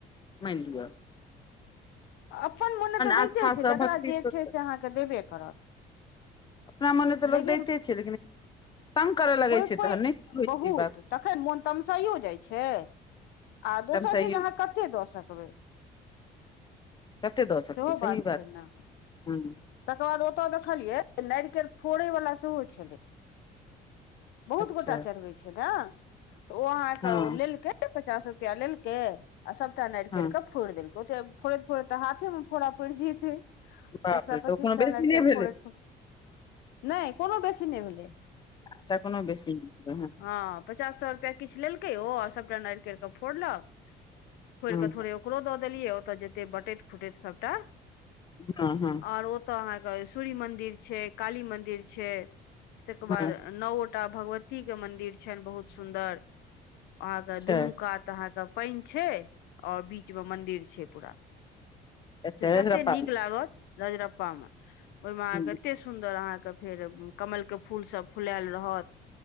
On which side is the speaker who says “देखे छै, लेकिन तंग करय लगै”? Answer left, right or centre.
Left